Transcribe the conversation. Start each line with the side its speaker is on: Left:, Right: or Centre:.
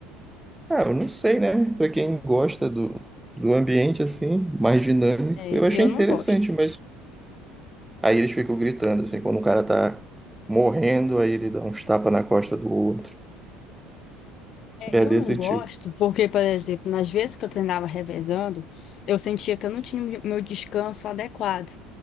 Centre: ah, eu não sei, né? Pra quem gosta do, do ambiente assim, mais dinâmico,
Left: É,
Centre: eu achei
Left: eu
Centre: interessante,
Left: não gosto.
Centre: mas aí eles ficam gritando, assim, quando o cara tá morrendo, aí ele dá uns tapas na costa do outro.
Left: É,
Centre: É
Left: eu
Centre: desse
Left: não gosto
Centre: tipo.
Left: porque, por exemplo, nas vezes que eu treinava revezando, eu sentia que eu não tinha o meu descanso adequado.